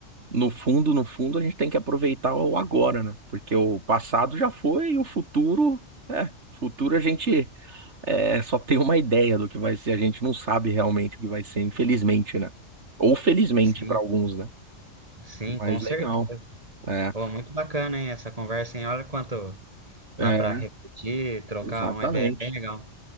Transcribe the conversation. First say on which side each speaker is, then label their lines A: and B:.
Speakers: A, on the right; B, on the right.
A: no fundo, no fundo, a gente tem que aproveitar o agora, né? Porque o passado já foi e o futuro, é, futuro a gente é, só tem uma ideia do que vai ser, a gente não sabe realmente o que vai ser, infelizmente, né? Ou felizmente
B: Sim,
A: para alguns, né?
B: sim,
A: Mas
B: com
A: legal.
B: certeza.
A: É,
B: Pô, muito bacana, hein, essa conversa, hein? Olha quanto dá
A: é,
B: para refletir, trocar
A: exatamente.
B: uma ideia bem legal.